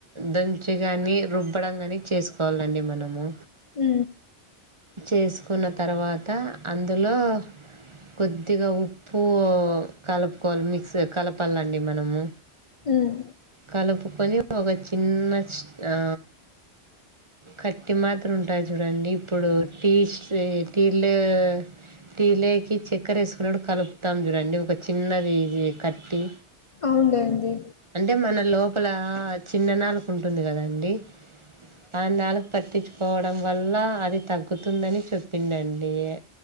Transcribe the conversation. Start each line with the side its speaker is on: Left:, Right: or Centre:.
Right: దంచి కానీ రుబ్బడం కానీ చేసుకోవాలండి మనము
Left: మ్
Right: చేసుకున్న తర్వాత అందులో కొద్దిగా ఉప్పు కలుపుకోవాలి మిక్సర్ కలపాలండి మనము
Left: ఉమ్,
Right: కలుపుకొని ఒక చిన్న ఆ కట్టి మాత్ర ఉ టాయి చూడండి ఇప్పుడు టీ స్ట్రీ టిలో టీలేకి చెక్కరేసుకున్నపుడు కలుపుతాం చూడండి ఒక చిన్నది ఇది కట్టి
Left: అవున్లెండి
Right: అంటే మన లోపల చిన్న నాలుక ఉంటుంది కదండి ఆ నాలుక పట్టిచ్ కోవడం వల్ల అది తగ్గుతుందని చెప్పిందండి యే